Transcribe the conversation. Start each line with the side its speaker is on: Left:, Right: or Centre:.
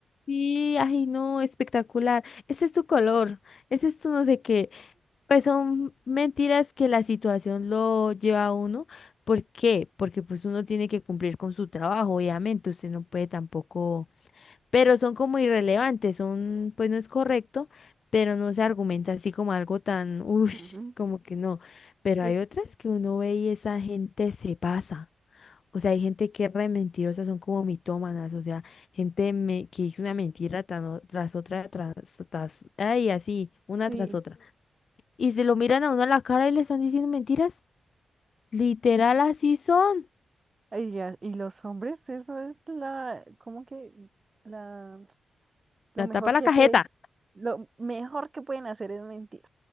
Left: sí, ay, no, espectacular. Ese es tu color, ese es tu no sé qué. Pues son mentiras que la situación lo lleva a uno. ¿Por qué? Porque pues uno tiene que cumplir con su trabajo, obviamente. Usted no puede tampoco pero son como irrelevantes, son, pues no es correcto, pero no se argumenta así como algo tan, uff,
Right: Ujú.
Left: <laughs> como que no. Pero
Right: Es-
Left: hay otras que uno ve y esa gente se pasa. O sea, hay gente que es re mentirosa, son como mitómanas, o sea, gente me- que hizo una mentira tan o- tras otra, tras, tras, ay, así, una
Right: sí,
Left: tras otra. Y se lo miran a uno a la cara y le están diciendo mentiras. Literal, así son.
Right: ay, ya, y, los hombres, eso es la, como que la, lo
Left: La
Right: mejor
Left: tapa la
Right: que
Left: cajeta.
Right: puede, lo mejor que pueden hacer es mentir,